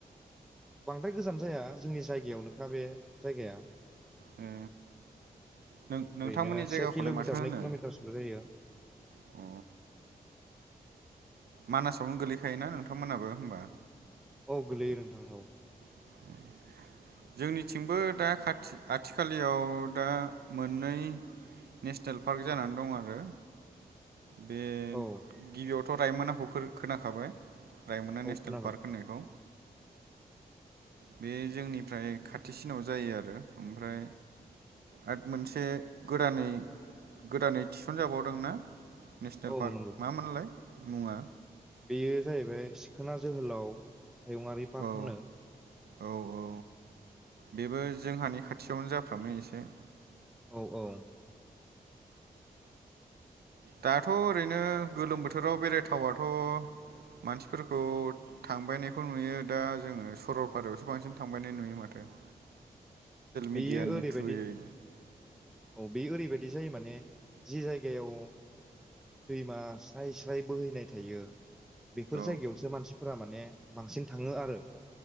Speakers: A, in the centre; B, on the right.
A: बांद्राय गोजान जाया जोंनि जायगायावनोखा बे जायगाया
B: ए नों नोंथांमोननि
A: ओरैनो
B: जायगाखौलाय
A: से किल'मिटार
B: माथो होनो
A: नै किल'मिटारसोल' जायो।
B: अ मानासावनो गोलैखायोना नोंथांमोनहाबो होमबा।
A: औ गोलैयो नोंथां औ।
B: <unintelligible> जोंनिथिंबो दा खाथि आथिखालियाव दा मोननै नेसनेल पार्क जानानै दं आरो। बे
A: औ
B: गिबियावथ' रायमोनना हखो खोनाखाबाय रायमना
A: औ
B: नेसनेल
A: खोनाबाय
B: पार्क होननायखौ। बे जोंनिफ्राय खाथिसिनाव जायो आरो ओमफ्राय आद मोनसे गोदानै गोदानै थिसनजाबावदों ना नेसनेल
A: औ
B: पार्क
A: नंगौ
B: मामोनलाय मुङा?
A: बेयो जाहैबाय सिखोना जोहोलाव हायुुंङरारि पार्क
B: औ
A: होनो।
B: औ औ बेबो जोंहानि खाथियावनो जाफ्रामो एसे
A: औ औ।
B: दाथ' ओरैनो गोलोम बोथोराव बेराय थावाथ' मानसिफोरखौ थांबायनायखौ नुयो दा जोङो सरलपारायावसो बांसिन थांबायनाय नुयो माथो। <inaudible>
A: बेयो
B: मिडियानि
A: ओरैबायदि
B: थ्रुयै
A: औ बेयो ओरैबायद बि जायो माने जि जायगायाव दैमा स्राय स्राय बोहैनाय थायो बेफोर
B: औ
A: जायगायावसो मानसिफोरा माने बांसिन थाङो आरो।